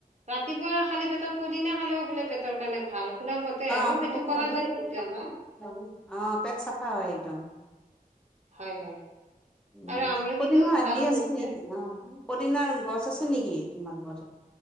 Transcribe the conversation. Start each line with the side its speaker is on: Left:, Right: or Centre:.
Right: ৰাতিপুৱা খালী পেটত পদিনা খালেও বোলে পেটৰ কাৰণে ভাল। শুনা মতে আৰু
Centre: অ-অ <unintelligible>
Right: সেইটো কৰা যায় কিন্তু আমাৰ
Centre: পেট চাফা হয় একদম।
Right: হয়, হয়।
Centre: উ,
Right: আৰু আমলখিটোও
Centre: পদিনা হেৰি
Right: ভাল
Centre: আছে
Right: নিশ্চয়
Centre: নেকি? অ পদিনাৰ গছ আছে
Right: কি
Centre: নেকি তোমাৰ ঘৰত?